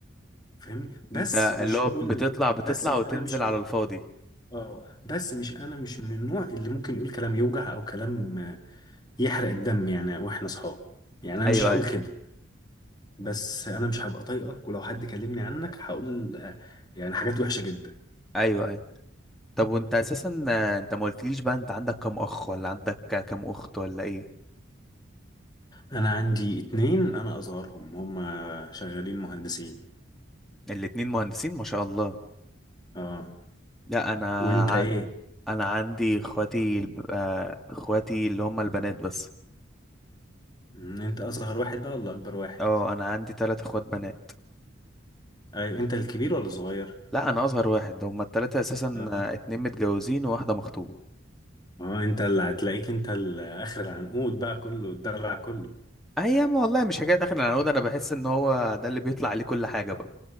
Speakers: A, on the left (about 20°); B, in the centre.
A: فاهمني بس
B: انت اللي
A: مش
B: هو
A: بقول
B: بتطلع بتطلع
A: بس إن
B: وتنزل
A: انا مش
B: على
A: من
B: الفاضي
A: اه بس مش انا مش من النوع اللي ممكن يقول كلام يوجع او كلام آه، يحرق الدم يعني واحنا اصحاب يعني انا
B: ايوه
A: مش هقول
B: ايوه
A: كده بس انا مش هبقى طايقك ولو حد كلمني عنك هقول آه، يعني حاجات وحشه جدا
B: ايوه ايوه طب وانت اساسا آه، انت ما قلتليش بقى انت عندك كام اخ ولا عندك كام اخت ولا ايه
A: انا عندي اتنين انا اصغرهم هما شغالين مهندسين
B: الاتنين مهندسين ما شاء الله
A: اه
B: لا انا
A: وانت
B: ع-
A: ايه
B: انا عندي اخواتي الب- آه، اخواتي اللي هم البنات بس
A: مم، انت اصغر واحد بقى ولا اكبر واحد
B: اه انا عندي ثلاث اخوات بنات
A: ايوه انت الكبير ولا الصغير
B: لا انا اصغر واحد هم الثلاثه اساسا
A: اه
B: آه، اتنين متجوزين وواحده مخطوبه
A: اه انت اللي هتلاقيك انت ال- اخر العنقود بقى كله الدلع كله
B: ايام والله مش حكايه اخر العنقود انا بحس ان هو ده اللي بيطلع عليه كل حاجه بقى